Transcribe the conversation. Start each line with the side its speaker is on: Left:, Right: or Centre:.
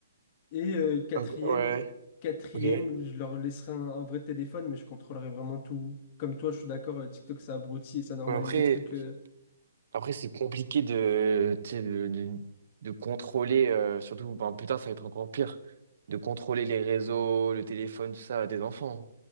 Left: Et euh, quatrième,
Right: Donc, Ouais,
Left: quatrième,
Right: ok. Ouais,
Left: je leur laisserai un, un vrai téléphone, mais je contrôlerai vraiment tout. Comme toi, je suis d'accord, euh, TikTok, ça abrutit et ça normalise
Right: après,
Left: des trucs. euh,
Right: après c'est compliqué de, tu sais, de, de, de contrôler, euh, surtout, ben, putain, ça va être encore pire, de contrôler les réseaux, le téléphone, tout ça, à des enfants.